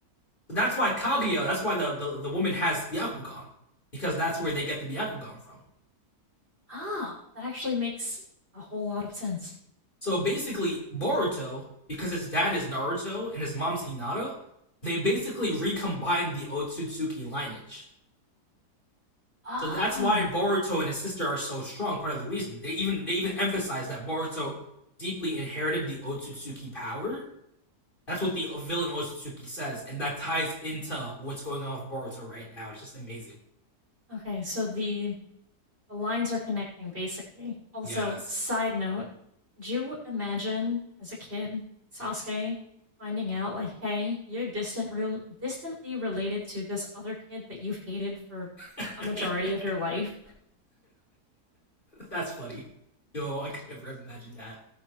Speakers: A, on the left; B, on the right.
A: So that's why Kaguya, that's why the, the, the woman has Byakugan. Because that's where they get the Byakugan from.
B: Oh, that actually makes a whole lot of sense.
A: So basically, Boruto, because his dad is Naruto and his mom's Hinata, they basically recombined the Otsutsuki lineage.
B: Oh.
A: So that's why Boruto and his sister are so strong. Part of the reason they even they even emphasize that Boruto deeply inherited the Otsutsuki power. That's what the villain Otsutsuki says, and that ties into what's going on with Boruto right now. It's just amazing.
B: Okay, so the The lines are connecting, basically. Also,
A: Yes,
B: side note, could you imagine as a kid Sasuke finding out, like, hey, you're distant real distantly related to this other kid that you've hated for
A: <laughs>
B: a majority of your life?
A: that's funny. Yo, I could never imagine that.